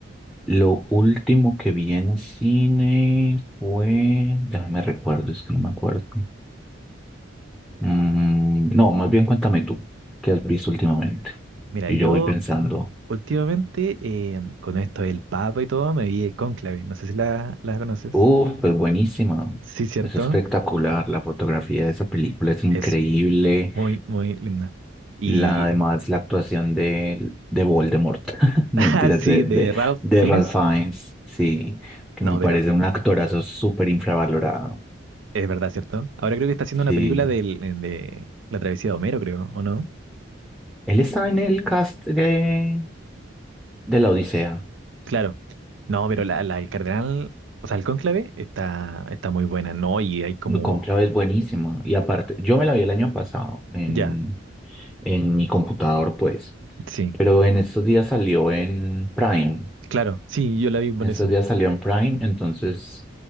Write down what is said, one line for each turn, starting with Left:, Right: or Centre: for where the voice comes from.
Centre: lo último que vi en cine fue, déjame recuerdo, es que no me acuerdo. Mm, no, más bien cuéntame tú, ¿qué has visto últimamente?
Right: Mira,
Centre: Y
Right: yo
Centre: yo voy pensando,
Right: últimamente, eh, con esto del Papa y todo, me vi el Cónclave. No sé si la, la conoces.
Centre: uf, es buenísima,
Right: Sí, cierto.
Centre: es espectacular, la fotografía de esa película es increíble.
Right: Es Muy, muy linda. Y,
Centre: La, además, la actuación de, de Voldemort, <laughs> no
Right: <laughs>
Centre: mentiras,
Right: ah, sí,
Centre: de,
Right: de
Centre: de,
Right: Ralph
Centre: de
Right: Fiennes.
Centre: Ralph Fiennes, sí, que
Right: No,
Centre: me parece
Right: pero
Centre: un actorazo súper infravalorado.
Right: es verdad, ¿cierto? Ahora creo que está haciendo una
Centre: Sí,
Right: película del- de la travesía de Homero, creo, ¿o no?
Centre: él está en el cast de, de La Odisea.
Right: Claro. No, pero la, la- el cardenal, o sea, el cónclave está, está muy buena, ¿no? Y hay como,
Centre: Cónclave es buenísima. Y aparte, yo me la vi el año pasado en,
Right: ya,
Centre: en mi computador, pues,
Right: sí,
Centre: pero en estos días salió en Prime.
Right: claro, sí, yo la vi por
Centre: En estos
Right: eso.
Centre: días salió en Prime, entonces